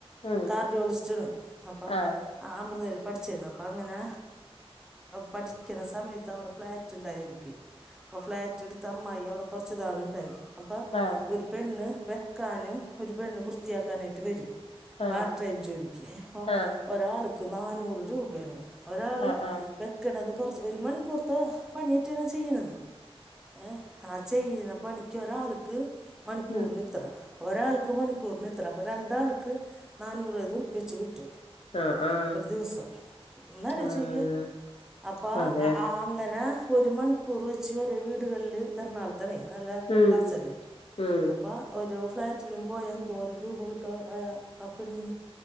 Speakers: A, on the left; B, in the centre.
A: ഉം
B: കാർഡിയോളിസ്റ്റണ് അപ്പ
A: ആഹ്
B: അമൃതൽ പഠിച്ചിര്ന്നു അപ്പങ്ങനെ പഠിക്ക്ണ സമയത്ത് അവടെ ഫ്ലാറ്റ് ഉണ്ടായിട്ക്ക അപ്പോ ഫ്ലാറ്റ് ഇട്ത്തമ്മായി അവടെ കൊർച്ച് നാള്ണ്ടായി അപ്പ
A: ആഹ്
B: ഒരു പെണ്ണ് വെക്കാനും ഒരു പെണ്ണ് വൃത്തിയാക്കാനായിട്ട് വരും
A: ആഹ്
B: പാർ ട്രൈം ജോലിക്കേ
A: ആഹ്
B: ഒരാള്. ക്ക് നാനൂറ് രൂപെന്ന്. ഒരാള്
A: ആഹ് ആഹ് ആഹ്
B: വെക്കണത്. കൊറച്ച് പേര് മണിക്കൂർത്തെ പണിയേറ്റാണ ചെയ്യണന്നത്. ഏ അ ചെയന പണിക്ക് ഒരാളിക്ക്. മണിക്കൂറിന്
A: ഉം
B: നിത്ര. ഒരാൾക്ക് മണിക്കൂറിന് ഇത്ര. അപ്പൊ രണ്ടാൾക്ക് നാനൂറ് റു പ്പിച്ച് കിട്ടും.
A: ആഹ് ആഹ്
B: ഒരു ദിവസം ഒന്ന് ന്നാലോ ച്ചിച്ചു
A: ഉം
B: നോക്കിയേ. അപ്പ
A: അതെ
B: അ അങ്ങനെ. ഒരു മണിക്കൂർ വെച്ച് ഒരേ വീടുകളില് എറണാളം. ത്തനെ നീ നല്ല
A: ഉം
B: കാശല്ലേ
A: ഉം
B: അപ്പ ഒരു. <unintelligible> <unintelligible>